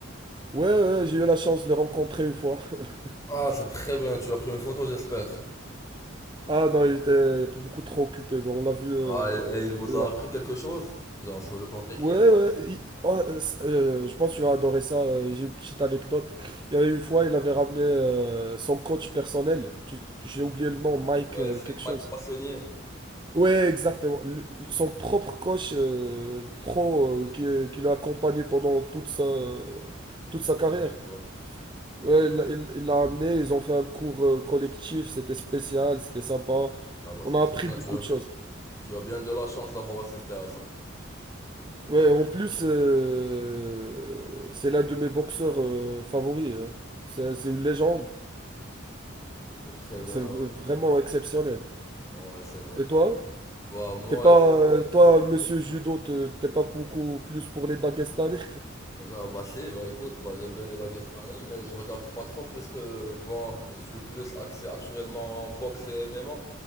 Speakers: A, on the right; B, on the left.
A: Ouais, ouais, j'ai eu la chance de le rencontrer une fois. <laughs>
B: Ah, c'est très bien, tu as pris une photo, j'espère.
A: Ah non, il était beaucoup trop occupé. mais on l'a vu euh,
B: Ah, et, et il vous
A: de
B: a
A: loin.
B: appris quelque chose, genre sur le plan technique?
A: Ouais, ouais, il- oh, euh, c- euh, je pense que tu vas adorer ça. euh, J'ai une petite anecdote. Il y avait une fois, il avait ramené euh, son coach personnel. Tu- J'ai oublié le nom, Mike
B: Ouais,
A: euh,
B: c'est
A: quelque
B: Mike
A: chose.
B: Passonnier.
A: Ouais, exactement. Le- son propre coach euh, pro euh, qui, qui l'a accompagné pendant toute sa, toute
B: C'est
A: sa
B: quand
A: carrière.
B: même, ouais.
A: Ouais, il il- il l'a amené, ils ont fait un cours euh, collectif, c'était spécial, c'était sympa.
B: Ah bah, c'est
A: On a
B: très
A: appris
B: bien,
A: beaucoup
B: tu as.
A: de choses.
B: Tu as bien de la chance d'avoir assisté à ça.
A: Ouais, en plus, euh, c'est l'un de mes boxeurs euh, favoris. hein. C'est c'est une légende.
B: C'est très bien,
A: C'est
B: alors.
A: v- vraiment exceptionnel.
B: Ouais, c'est vrai.
A: Et toi?
B: Bah, moi,
A: T'es pas,
B: écoute,
A: euh, toi, monsieur judo, te- t'es pas beaucoup plus pour les Dagestanais?
B: Non, bah si, bah écoute, bah j'aime bien les baguettes pareilles, mais je regarde pas trop puisque, bon, je suis plus axé actuellement en boxe et MMA.